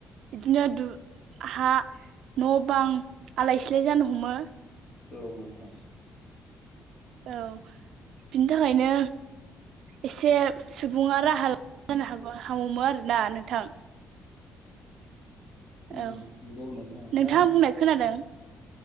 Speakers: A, on the right; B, on the left.
A: बिदिनो दु हा न' बां आलाय सिलाय जानो हमो।
B: औ नोंथां।
A: औ बिनि थाखायनो एसे सुबुङा राहा <unintelligible> हागौमोन आरोना नोंथां?
B: उम
A: औ
B: नंगौ नोंथां
A: नोंथाङा
B: दा
A: बुंनाय खोनादों